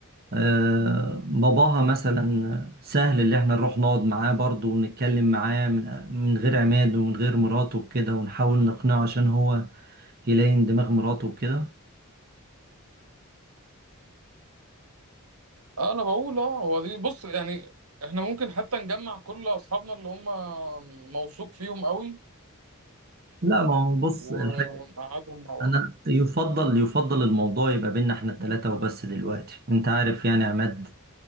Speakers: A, on the right; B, on the right.
A: آه باباها مثلا سهل اللي احنا نروح نقعد معاه برضه ونتكلم معاه من, من غير عماد ومن غير مراته وكده ونحاول نقنعه عشان هو يلاقي دماغ مراته وكده
B: آه، أنا بقول أه هو دي بص يعني إحنا ممكن حتى نجمع كل أصحابنا اللي هم موثوق فيهم قوي
A: لا ما هو بص
B: ونقعدهم
A: الحاجة
B: مع بعض
A: انا يفضل يفضل الموضوع يبقى بينا احنا التلاتة وبس دلوقتي انت عارف يعني عماد